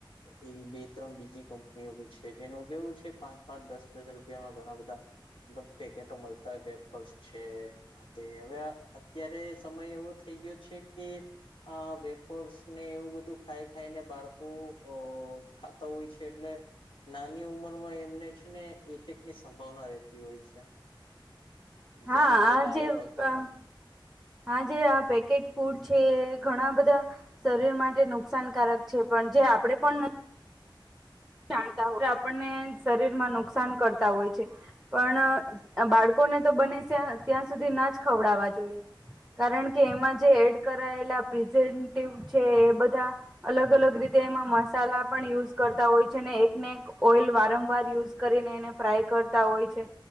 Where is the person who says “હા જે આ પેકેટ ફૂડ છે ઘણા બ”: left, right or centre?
Centre